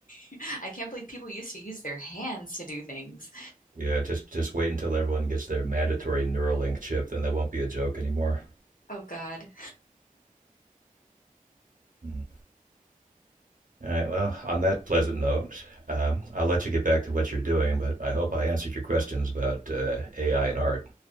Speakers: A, on the left; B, on the right.
A: Like, I can't believe people used to use their hands to do things.
B: Yeah, just just wait until everyone gets their mandatory Neuralink chip, then that won't be a joke anymore.
A: Oh, God.
B: Mm. All right. Well, on that pleasant note, um, I'll let you get back to what you're doing, but I hope I answered your questions about uh, AI and art.